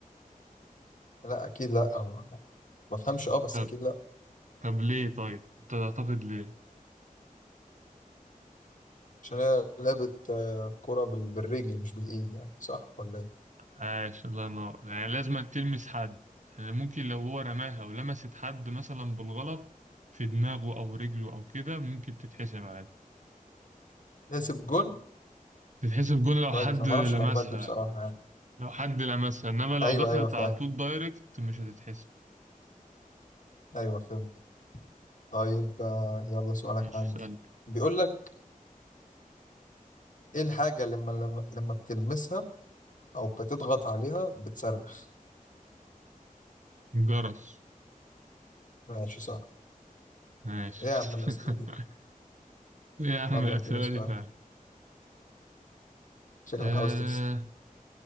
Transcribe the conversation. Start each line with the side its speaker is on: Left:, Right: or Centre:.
Left: لا اكيد لا أو ما ما بفهمش اه بس
Right: طب
Left: اكيد لا
Right: طب ليه طيب انت تعتقد ليه
Left: عشان هي لعبة آه، كرة بال- بالرجل مش بالايد يعني صح ولا ايه؟
Right: عاش الله ينور يعني لازم تلمس حد يعني ممكن لو هو رماها ولمست حد مثلا بالغلط في دماغه أو رجله أو كده ممكن تتحسب عادي
Left: نسب جون
Right: تتحسب جول لو
Left: كويس
Right: حد
Left: انا
Right: لمسها
Left: ما اعرفش المعلومات دي بصراحة يعني.
Right: لو حد لمسها إنما لو
Left: ايوه
Right: دخلت
Left: ايوه فاهم
Right: على طول دايركت مش هتتحسب
Left: ايوه فهمت طيب آه، يلا سؤالك
Right: مش
Left: عندي
Right: سؤال
Left: بيقول لك ايه الحاجة اللي لما لما لما بتلمسها او بتضغط عليها بتصرخ
Right: جرس
Left: ماشي صح
Right: ماشي
Left: ايه يا عم الاسئلة
Right: <laughs>
Left: دي
Right: يا عم
Left: يلا
Right: الأسئلة
Left: اديني سؤال
Right: دي فعلا
Left: شكلك
Right: آه
Left: عاوز تكسب